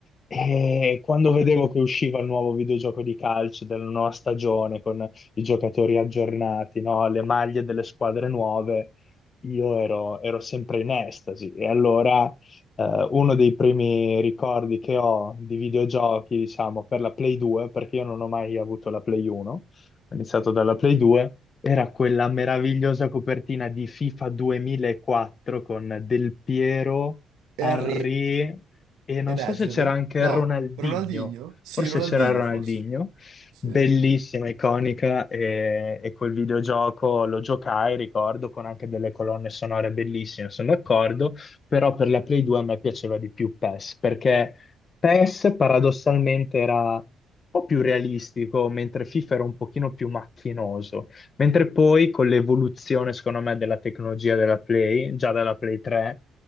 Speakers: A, on the left; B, on the right.
A: E quando vedevo che usciva il nuovo videogioco di calcio della nuova stagione con i giocatori aggiornati, no? Le maglie delle squadre nuove, io ero, ero sempre in estasi. E allora eh, uno dei primi ricordi che ho di videogiochi, diciamo, per la Play 2, perché io non ho mai avuto la Play 1, ho iniziato dalla Play 2, era quella meravigliosa copertina di FIFA 2004 con Del Piero,
B: Henry
A: Henry. E non
B: e Nedved?
A: so se c'era anche
B: No,
A: Ronaldinho,
B: Ronaldinho? Sì,
A: forse
B: Ronaldinho
A: c'era Ronaldinho,
B: forse. Sì.
A: bellissima, iconica, e, e quel videogioco lo giocai, ricordo, con anche delle colonne sonore bellissime, sono d'accordo, però per la Play 2 a me piaceva di più PES, perché PES paradossalmente era un po' più realistico, mentre FIFA era un pochino più macchinoso, mentre poi con l'evoluzione, secondo me, della tecnologia della Play, già dalla Play 3,